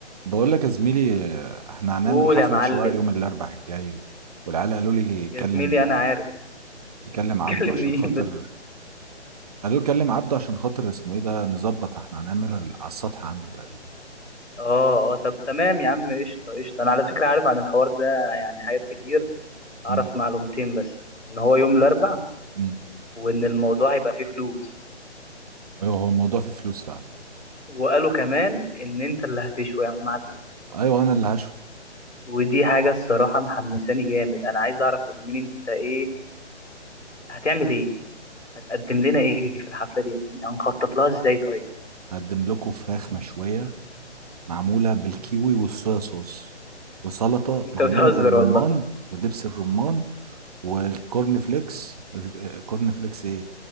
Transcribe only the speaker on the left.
قول
يا معلم
يا زميلي انا عارف
<laughs>
تكلم
مين
بس
اه اه طب تمام يا عم قشطه قشطه انا على فكره عارف عن الحوار ده يعني حاجات كتير اعرف
معلومتين بس ان هو يوم الاربع
وان الموضوع هيبقى فيه فلوس
وقالوا كمان ان انت اللي هتشوي يا معلم
ودي حاجه الصراحه محمساني جامد انا عايز اعرف يا زميلي انت ايه هتعمل ايه هتقدم لنا ايه في الحفله دي يا زميلي هنخطط لها ازاي طيب
<laughs> انت
بتهزر
والله